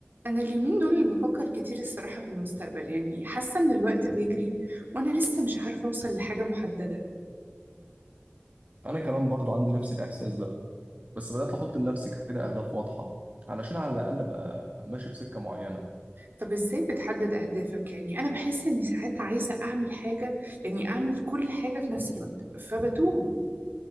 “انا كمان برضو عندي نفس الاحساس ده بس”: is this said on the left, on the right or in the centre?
Right